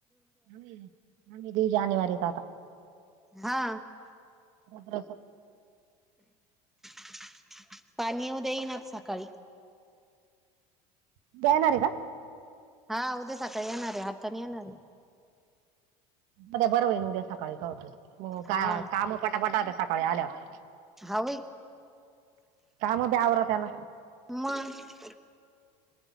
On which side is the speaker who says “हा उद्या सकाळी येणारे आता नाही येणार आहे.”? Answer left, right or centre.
Centre